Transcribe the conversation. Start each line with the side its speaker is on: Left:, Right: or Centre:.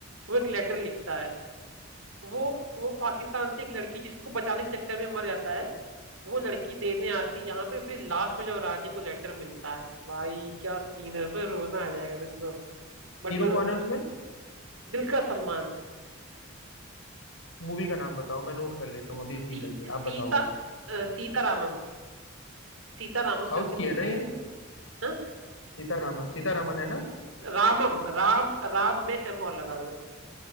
Right: वो एक लेटर लिखता है वो वो पाकिस्तान से एक लड़की जिसको बचाने के चक्कर में मर जाता है वो लड़की देने आती है यहाँ पे फिर लास्ट में जब रानी को लेटर मिलता है भाई क्या सीन है फिर रोना आ जाएगा तुमको बट
Left: हीरो
Right: मैं रोया
Left: कौन है उसमें
Right: दिल का सलमान
Left: मूवी का नाम बताओ मैं नोट कर लेता हूँ अभी इसी
Right: सी
Left: लगे आप
Right: सीता
Left: बताओ बस
Right: अ, सीता रामम सीता रामम
Left: साउथ
Right: करके मूवी
Left: की है ना ये
Right: है हाँ?
Left: सीतारामन सीतारामन है ना
Right: रामम राम राम में एम और लगा दो